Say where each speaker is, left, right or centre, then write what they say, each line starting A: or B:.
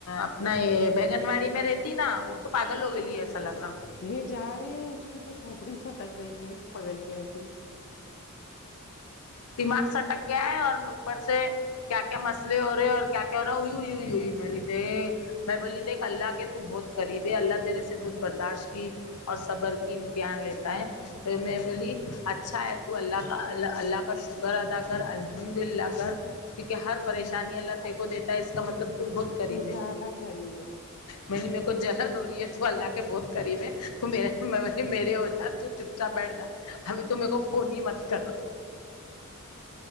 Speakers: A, on the left; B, on the left.
A: اپنا یہ بگن واڑی میں رہتی نا وہ تو پاگل ہو گی لیے ایسا لگ رہا
B: یہ جا رہے ہیں اس کی تو کھوپڑی سٹک گئی ہے پگلیا کی
A: دماغ سٹک گیا ہے اور اوپر سے کیا کیا مسلے ہو رہے اور کیا کیا ہو رہا ہے ہوئی ہو ہوئی ہوئی میں نے دے میں بولی دیکھ اللہ کے تو بہت قریب ہے اللہ تیرے سے بہت برداشت کی اور صبر کی امتحان لیتا ہے تو میں بولی اچھا ہے تو اللہ کا اللہ اللہ ک کا شکر ادا کر الحمد للہ کر کیونکہ ہر
B: ہ
A: پریشانی اللہ ت تے کو دیتا ہے اس کا مطلب تو بہت قریب ہے
B: زیادہ قریب
A: میں نے میرے کو جہن ہو رہی ہے تو اللہ کے بہت قریب ہے تو مے میرے ہو جات تو چپچاپ بیٹھ جا ابھی تو میرے کو فون ہی مت کر